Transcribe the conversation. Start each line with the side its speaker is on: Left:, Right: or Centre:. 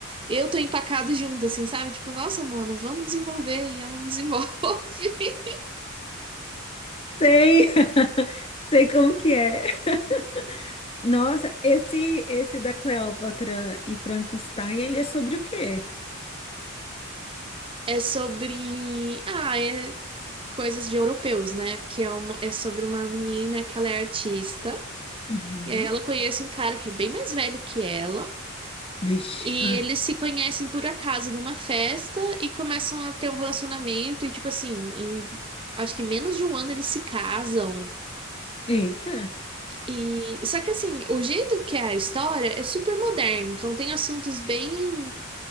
Right: Eu tô empacado junto, assim, sabe? Tipo, nossa, Mona, vamos desenvolver, e ela não desenvolve. <laughs>
Left: Sei. <laughs> Sei como que é. <laughs> Nossa, esse esse da Cleópatra e Frankenstein, ele é sobre o quê?
Right: É sobre. Ah, é coisas de europeus, né? Porque é, uma- é sobre uma menina que ela é artista,
Left: Uhum.
Right: e aí ela conhece um cara que é bem mais velho que ela.
Left: Vixe.
Right: E
Left: Ah.
Right: eles se conhecem por acaso numa festa e começam a ter um relacionamento e tipo assim, em acho que menos de um ano eles se casam.
Left: Eita.
Right: E só que assim, o jeito que é a história é super moderno, então tem assuntos bem